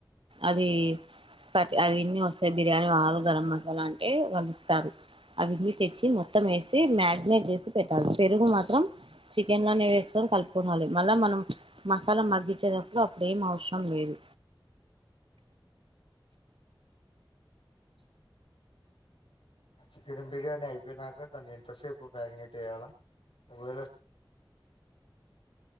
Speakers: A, on the right (about 85°); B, on the left (about 85°).
A: అది స్పట్ అవిన్నీ వస్తాయి. బిర్యానీ హాల్ గరం మస వాలా అంటే వాళ్ళు ఇస్తారు అవన్ని తెచ్చి మొత్తం వేసి మ్యాగ్నేట్ చేసి పెట్టాలి, పెరుగు మాత్రం చికెన్ లోనే వేసుకొని కలుపుకోనాలి, మళ్ళా మనం ప్చ్ మసాలా మగ్గించేటప్పుడు అప్పుడు ఏం అవసరం లేదు.
B: చికెన్ బిర్యానీ అయిపోయినాక దాన్ని ఎంతసేపు మ్యాగినెట్ వేయాల ఒక వేళ